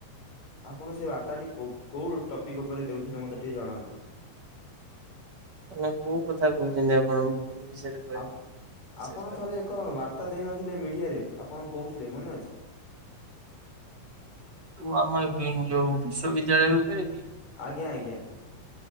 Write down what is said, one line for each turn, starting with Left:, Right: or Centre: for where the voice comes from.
Left: ଆପଣ ସେ ବାର୍ତ୍ତାଟି କୋ କୋଉ ଟପିକ୍ ଉପରେ ଦେଉଥିଲେ। ମୋତେ ଟିକେ ଜଣାନ୍ତୁ?
Right: ମାନେ କୋଉ କଥା କହୁଛନ୍ତି ମୋ ଆପଣ ବିଷୟରେ? କହିବି
Left: ଆ
Right: ବିଶେଷ
Left: ଆପଣ ଥରେ ଏକ ବାର୍ତ୍ତା ଦେଇନଥିଲେ ମିଡିଆରେ ଆପଣ କହୁଥିଲେ ମନେ ଅଛି?
Right: <unintelligible> ଆମ ଏ ଯୋଉ ବିଶ୍ବିଦ୍ୟାଳୟ ଉପରେ କି?
Left: ଆଜ୍ଞା-ଆଜ୍ଞା।